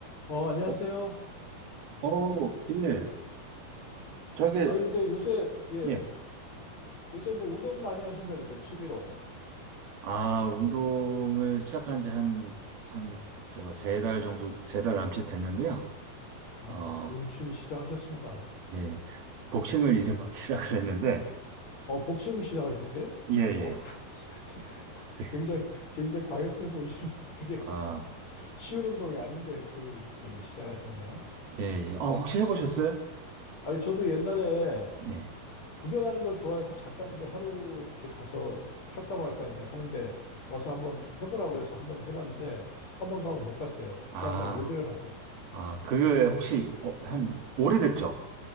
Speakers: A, on the left; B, on the right.
A: 어, 안녕하세요.
B: 어, 어, 예. 저게,
A: 아, 근데 요새, 예,
B: 예.
A: 요새 뭐 운동 많이 하신다면서요, 취미로.
B: 아, 운동을 시작한 지 한, 한, 저, 세 달 정도, 세 달 남짓 됐는데요.
A: 아,
B: 어,
A: 좋은 취미 시작하셨습니다.
B: 예. 복싱을 이제 막 <laughs> 시작을 했는데,
A: 어, 복싱 시작하셨어요?
B: 예, 예.
A: 어, <laughs>
B: 네.
A: 굉장히, 굉장히 과격해 보이시는데, 그게
B: 아,
A: <laughs> 쉬운 운동이 아닌데, 그걸 저기 시작하셨네요.
B: 예, 예. 어, 혹시 해보셨어요?
A: 아니, 저도 옛날에
B: 예.
A: 구경하는 걸 좋아해서 잠깐 이제 하루 이렇게 가서 할까 말까 이제 하는데, 와서 한번 해보라 그래서 한번 해봤는데, 한번 가고 못 갔어요.
B: 아,
A: 다음날 못 일어났어요.
B: 아, 그게 혹시, 어, 한, 오래됐죠?